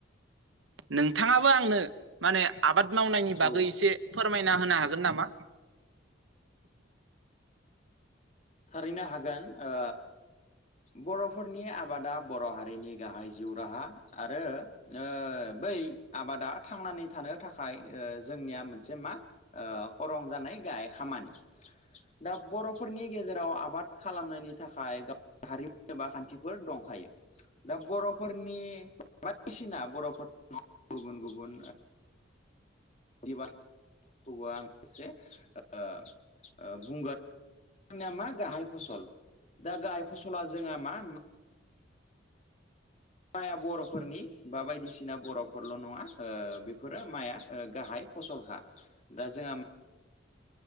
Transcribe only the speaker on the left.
औ
थारैनो हागोन ओ बर'फोरनि आबादा बर' हारिनि गाहाय जिउ राहा आरो ओ बै आबादा थांनानै थानो थाखाय ओ जोंनिया मोनसे मा ओ खरं जानाय गाहाय खामानि दा बर'फोरनि गेजेराव आबाद खालामनायनि थाखाय गाव हारिमु एबा खान्थिफोर दंखायो। दा बर'फोरनि बायदिसिना बर'फोर गुबुन गुबुन <unintelligible> खौ आं एसे ओ ओ बुंगोन जोंनिया मा गाहाय फसल दा गाहाय फसला जोंहा मा माइया बर'फोरनि बा बायदिसिना बर'फोरल' नङा ओ बेफोरो माइआ गाहाय फसलखा दा जोंहा